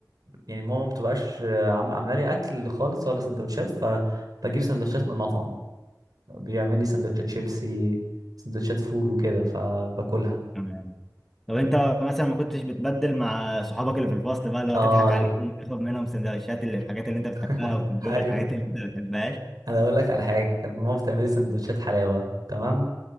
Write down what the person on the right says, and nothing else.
يعني ماما ما بتبقاش آه، عام- عامله لي اكل خالص ولا سندوتشات فبجيب سندوتشات من المطعم بيعمل لي سندوتشات شيبسي سندوتشات فول وكده فباكلها
اه
ال-
<laughs>
ايوه
انا اقول لك على حاجه كانت ماما بتعمل لي سندوتشات حلاوه تمام